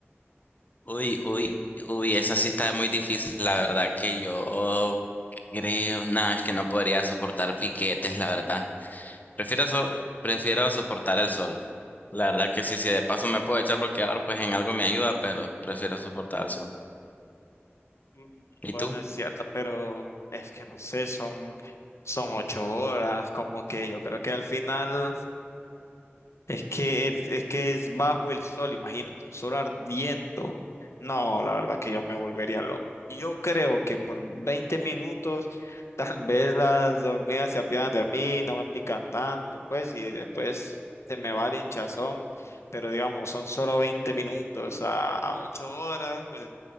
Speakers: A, on the left; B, on the left.
A: uy, uy, uy, esa sí está muy difícil. La verdad que yo creo, nada, es que no podría soportar piquetes, la verdad. Prefiero, so- prefiero soportar el sol. La verdad que sí, si de paso me puedo echar bloqueador, pues en algo me ayuda, pero prefiero soportar el sol.
B: Mm,
A: ¿Y
B: Bueno,
A: tú?
B: es cierto, pero es que no sé, son, son ocho horas, como que yo creo que al final Es que es, es que es bajo el sol, imagínate, un sol ardiendo. No, la verdad que yo me volvería loco. Yo creo que por 20 minutos tal vez las hormigas se apiadan de mí, no me pican tanto, pues, y después se me va el hinchazón, pero digamos, son solo 20 minutos a, a 8 horas, pues,